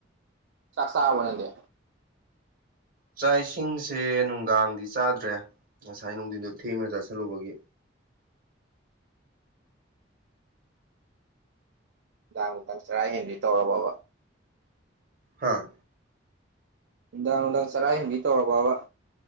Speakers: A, on the right; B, on the right.
A: ꯆꯥꯛ ꯆꯥꯔꯕ ꯅꯪꯗꯤ
B: ꯆꯥꯛ ꯏꯁꯤꯡꯁꯦ ꯅꯨꯡꯗꯥꯡꯗꯤ ꯆꯥꯗ꯭ꯔꯦ ꯉꯁꯥꯏ ꯅꯨꯡꯊꯤꯟꯗꯣ ꯊꯦꯡꯅ ꯆꯥꯥꯁꯜꯂꯨꯕꯒꯤ
A: ꯅꯨꯡꯗꯥꯡ ꯅꯨꯡꯗꯥꯡ ꯆꯔꯥ ꯍꯦꯟꯕꯤꯗꯣ ꯇꯧꯔꯕꯕ
B: ꯍꯥꯥ
A: ꯅꯨꯡꯗꯥꯡ ꯅꯨꯡꯗꯥꯡ ꯆꯔꯥ ꯍꯦꯟꯕꯤ ꯇꯧꯔꯕꯕ